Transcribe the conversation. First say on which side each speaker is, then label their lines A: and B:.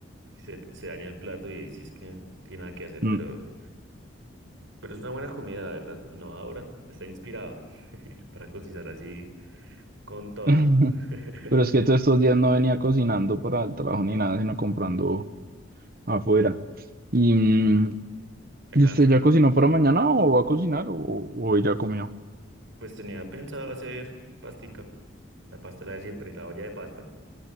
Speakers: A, on the right; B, on the right.
A: Se, se daña el plato y ahí sí es que no tiene nada que hacer,
B: Mm.
A: pero, pero es una buena comida, la verdad. Innovadora, está inspirado <laughs> para cocinar así con toda.
B: <laughs>
A: <laughs>
B: Pero es que todos estos días no venía cocinando para el trabajo ni nada, sino comprando afuera. ¿Y, mm,
A: Ya
B: ¿y
A: cansa.
B: usted ya cocinó para mañana o va a cocinar o, o hoy ya comió?
A: Pues tenía pensado hacer pastica, la pasta la de siempre, la olla de pasta.